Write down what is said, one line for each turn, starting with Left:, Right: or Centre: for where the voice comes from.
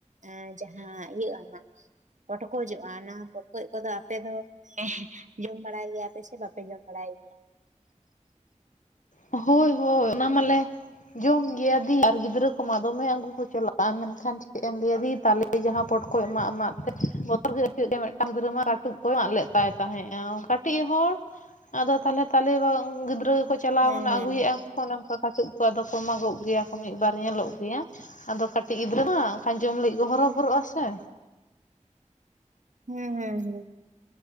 Right: ᱮ ᱡᱟᱦᱟᱸ ᱤᱭᱟᱹᱜᱼᱟ ᱯᱚᱴᱠᱚᱡᱚᱜᱼᱟ ᱚᱱᱟ ᱯᱚᱴᱠᱚᱡ ᱠᱚᱫᱚ ᱟᱯᱮ ᱫᱚ ᱮᱦ ᱡᱚᱢ ᱵᱟᱲᱟᱭ ᱜᱮᱭᱟᱯᱮ ᱥᱮ ᱵᱟᱯᱮ ᱡᱚᱢ ᱵᱟᱲᱟᱭ ᱜᱮᱭᱟ?
Left: ᱦᱳᱭ ᱦᱳᱭ ᱚᱱᱟ ᱢᱟᱞᱮ ᱡᱚᱢ ᱜᱮᱭᱟ ᱫᱤ ᱟᱨ ᱜᱤᱫᱽᱨᱟᱹ ᱠᱚᱢᱟ ᱫᱚᱢᱮ ᱟᱹᱜᱩ ᱠᱚ ᱪᱟᱞᱟᱜᱼᱟ ᱢᱮᱱᱠᱷᱟᱱ ᱪᱮᱫ ᱮᱢ ᱞᱟᱹᱭᱟ ᱫᱤ ᱛᱟᱞᱮ ᱡᱟᱦᱟᱸ ᱯᱚᱴᱠᱚᱭ ᱢᱟᱜ ᱢᱟᱜ ᱛᱮ ᱵᱚᱛᱚᱨ ᱜᱮ ᱟᱹᱭᱠᱟᱹᱜ ᱜᱮ ᱢᱤᱫᱴᱟᱝ ᱜᱤᱫᱽᱨᱟᱹ ᱢᱟ ᱠᱟᱹᱴᱩᱵ ᱠᱚᱭ ᱢᱟᱜ ᱞᱮᱫ ᱛᱟᱭ ᱛᱟᱦᱮᱸᱜᱼᱟ ᱚᱱᱠᱟ ᱴᱤᱡ ᱦᱚᱲ ᱟᱫᱚ ᱛᱟᱦᱚᱞᱮ ᱛᱟᱞᱮ ᱜᱤᱫᱽᱨᱟᱹ ᱜᱮᱠᱚ ᱪᱟᱞᱟᱣ
Right: ᱦᱮᱸ
Left: ᱠᱟᱱᱟ
Right: ᱦᱮᱸ
Left: ᱟᱹᱜᱩᱭᱮᱜᱼᱟ ᱥᱮ ᱚᱱᱮ ᱚᱝᱠᱟ ᱠᱟᱹᱴᱩᱵ ᱠᱚ ᱟᱫᱚ ᱠᱚ ᱢᱟᱜᱚᱜ ᱜᱮᱭᱟ ᱠᱚ ᱢᱤᱫ ᱵᱟᱨ ᱧᱮᱞᱚᱜ ᱜᱮᱭᱟ᱾ ᱟᱫᱚ ᱠᱟᱹᱴᱤᱡ ᱜᱤᱫᱽᱨᱟᱹ ᱦᱟᱱ ᱟᱡᱚᱢ ᱞᱟᱹᱜᱤᱫ ᱦᱚᱨᱚᱵᱚᱨᱚᱜᱼᱟ ᱥᱮ
Right: ᱦᱮᱸ ᱦᱮᱸ ᱦᱮᱸ